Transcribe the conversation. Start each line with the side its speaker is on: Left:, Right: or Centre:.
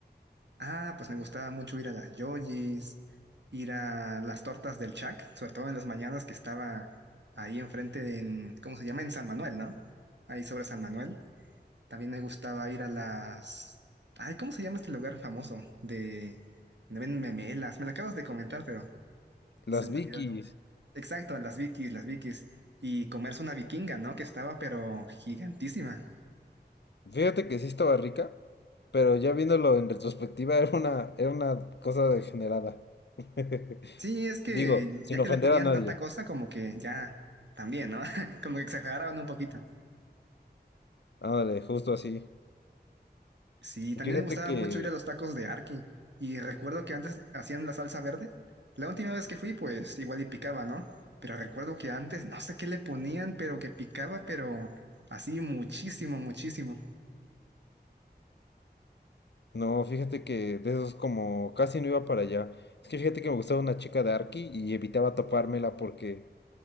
Right: Ah, pues me gustaba mucho ir a las Yoyis, ir a las tortas del Chac, sobre todo en las mañanas que estaba ahí enfrente de, en- ¿cómo se llama? En San Manuel, ¿no? Ahí sobre San Manuel. También me gustaba ir a las... Ay, ¿cómo se llama este lugar famoso? De... donde venden memelas. Me lo acabas de comentar, pero
Left: Las
Right: se me
Left: Vicky's.
Right: olvidó el nombre. Exacto, a las Vikis, las Vikis. Y comerse una vikinga, ¿no? Que estaba, pero gigantísima.
Left: Fíjate que sí estaba rica, pero ya viéndolo en retrospectiva <laughs> era una, era una cosa degenerada. <laughs>
Right: Sí, es que
Left: Digo, sin
Right: ya
Left: ofender
Right: que le ponían
Left: a nadie.
Right: tanta cosa, como que ya también, ¿no? <laughs> Como que exageraban un poquito.
Left: Ándale, justo así.
Right: Sí, también
Left: Fíjate
Right: me gustaba
Left: que,
Right: mucho ir a los tacos de Arki. Y recuerdo que antes hacían la salsa verde. La última vez que fui, pues igual y picaba, ¿no? Pero recuerdo que antes no sé qué le ponían, pero que picaba, pero así muchísimo, muchísimo.
Left: no, fíjate que de esos como casi no iba para allá. Es que fíjate que me gustaba una chica de Arki y evitaba topármela porque,